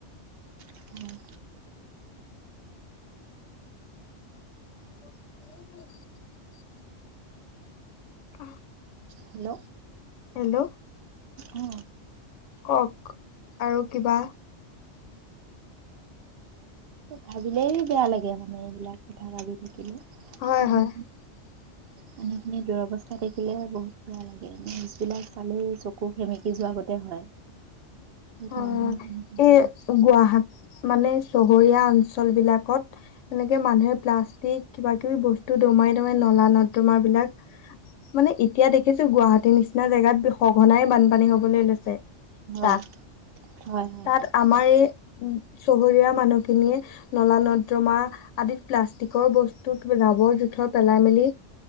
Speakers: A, on the right; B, on the left.
A: হয়
B: অ আহ।
A: Hello
B: hello.
A: অ
B: কওক আৰু কিবা?
A: ভাবিলেই বেয়া লাগে মানে এইবিলাক কথা ভাবি থাকিলে
B: হয়
A: মানু
B: হয়
A: মানুখিনি দুৰৱস্থা দেখিলে বহুত বেয়া লাগে মছবিলাক চালেই চকু সেমেকি যোৱাগতে হয়। বহুত
B: অ'
A: মানুহৰ তেনেকুৱা
B: এই
A: হয়
B: গুৱাহাট মানে চহৰীয়া অঞ্চল বিলাকত এনেকে মানুহে প্লাষ্টিক কিবা কিবি বস্তু তোমাই তোমে নলা নদ তোমাৰ বিলাক মানে এতিয়া দেখিছো গুৱাহাটীৰ নিচিনা জেগাত সঘনাই বানপানী হবলৈ লৈছে।
A: হয়।
B: তাত
A: হয় হয়
B: তাত আমাৰ এই উ চহৰীয়া মানুহখিনিয়ে নলা নৰ্দ্ৰমা আদিত প্লাষ্টিকৰ বস্তু জাবৰ জোথৰ পেলাই মেলি